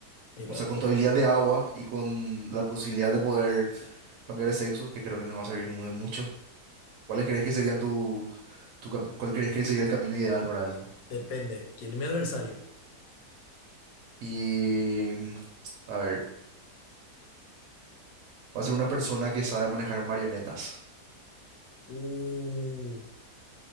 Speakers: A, on the left (about 70°); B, on the right (about 70°).
A: Y va,
B: O sea, con
A: co-
B: tu de agua y con la posibilidad de poder cambiar de sexo, que creo que nos va a servir muy mucho. ¿Cuáles crees que serían tu, tu cam- cuál crees que sería el camino ideal para eso?
A: depende. ¿Quién es mi adversario?
B: Y, mm, a ver, va a ser una persona que sabe manejar marionetas,
A: Uh,